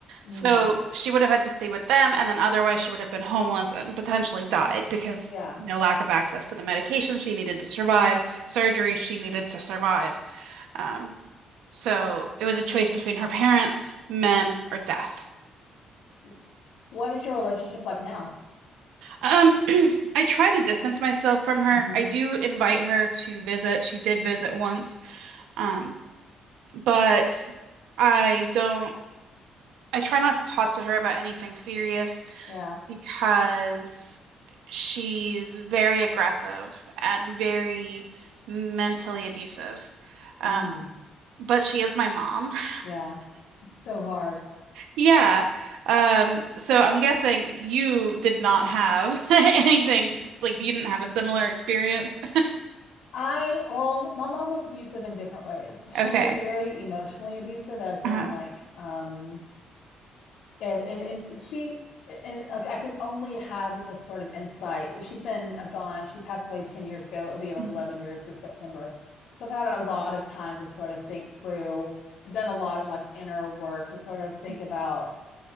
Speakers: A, on the left; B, on the right.
A: Mm,
B: So she would have had to stay with them, and then otherwise she would have been homeless and potentially died because
A: yeah.
B: no lack of access to the medication she needed to survive, surgery she needed to survive. Um, so it was a choice between her parents, men, or death.
A: W- What is your relationship like now?
B: Um, <clears throat> I try to distance myself from her.
A: hmm
B: I do invite her to visit. She did visit once, um, but I don't. I try not to talk to her about anything serious
A: Yeah.
B: because she's very aggressive and very mentally abusive. Um,
A: Mm,
B: but she is my mom. <laughs>
A: yeah. It's so hard.
B: Yeah. Um, so I'm guessing you did not have <laughs> anything like you didn't have a similar experience.
A: I, well, my mom was abusive in different ways. She
B: Okay.
A: was very emotionally abusive, as in
B: Uh-huh.
A: like, um, if, and, and she, and like, I can only have this sort of insight. She's been uh, gone. She passed away 10 years ago. It'll be like
B: Mhm.
A: 11 years this September. So I've had a lot of time to sort of think through and done a lot of like inner work to sort of think
B: Mhm.
A: about.